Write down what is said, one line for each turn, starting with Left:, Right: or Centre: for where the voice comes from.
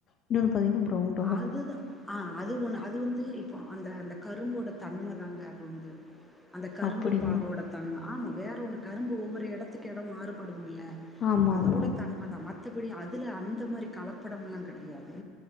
Left: இன்னென்னு பாத்தீங்கன்னி பிரவுன்
Centre: அதுதா ஆ அது ஒன்னு அது வந்து ப்போ அந்த அந்த கரும்போட தன்ம தாங்க அது வந்து அந்த கரும்பு
Left: அப்படிங்களா?
Centre: பாகோட தன்ம ஆமா வேற ஒன்னு கரும்பு ஒவ்வொரு எடத்துக்கு எடோ மாறுபடும்ல
Left: ஆமா,
Centre: அதோட
Left: ஆமா.
Centre: தன்மதா மத் மத்தபடி அதுல அந்த மாரி கலப்படம்லா கெடையாது